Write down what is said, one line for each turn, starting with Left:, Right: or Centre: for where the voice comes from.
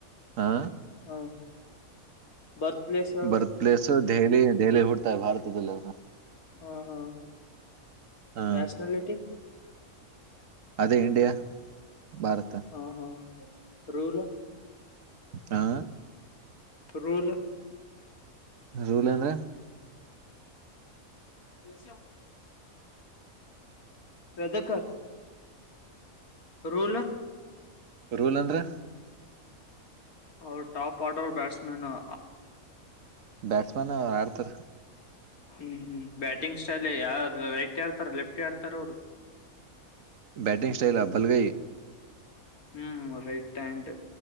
Right: ಹಾ.
Left: ಹಾ ಬರ್ತ್ ಪ್ಲೇಸ್ ಹೇಳ
Right: ಬರ್ತ್
Left: ಅವರದ.
Right: ಪ್ಲೇಸ್ ದೆಹಲಿ ದೆಹಲಿ ಹುಡ್ತಾಯ ಭಾರತದದಲ್ಲಿ ಅವ್ರ.
Left: ಹಾ ಹಾ
Right: ಹ
Left: ನ್ಯಾಷನ್ಯಲಿಟಿ.
Right: ಅದೇ ಇಂಡಿಯಾ. ಭಾರತ
Left: ಹಾ ಹಾ ರೂಲ್.
Right: ಹಾ.
Left: ರೂಲ್.
Right: ರೂಲ್ ಅಂದ್ರ.
Left: <inaudible> ಎದ್ಕ ರೂಲ.
Right: ರೂಲ್ ಅಂದ್ರ.
Left: ಅವರು ಟಾಪ್ ಆರ್ಡರ್ ಬ್ಯಾಟ್ಸ್ಮೇನ್ ಹ.
Right: ಬ್ಯಾಟ್ಸ್ಮನ್ ಆಡ್ತಾರ.
Left: ಹ್ಮ್ ಹ್ಮ್ ಬ್ಯಾಟಿಂಗ್ ಸ್ಟೈಲ್ ಯಾರ ರೈಟ್ ಆಡ್ತಾರ ಲೆಫ್ಟ ಆಡ್ತಾರ ಅವರು.
Right: ಬ್ಯಾಟಿಂಗ್ ಸ್ಟೈಲ್ ಭಲಗೈ.
Left: ಹ್ಮ್ ರೈಟ್ ಆ್ಯಾಂಡ್